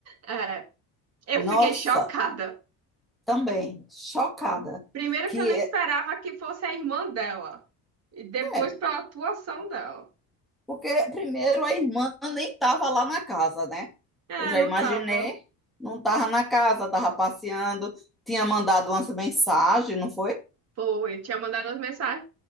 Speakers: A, on the right; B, in the centre.
A: É, eu
B: nossa,
A: fiquei chocada.
B: também, chocada.
A: Primeiro
B: Que
A: que eu não esperava que fosse a irmã dela, e depois
B: é,
A: pela atuação dela.
B: porque primeiro a irmã nem estava lá na casa, né?
A: É,
B: Eu já
A: não
B: imaginei,
A: tava.
B: não estava na casa, estava passeando, tinha mandado umas mensagens, não foi?
A: Foi, tinha mandado as mensagens.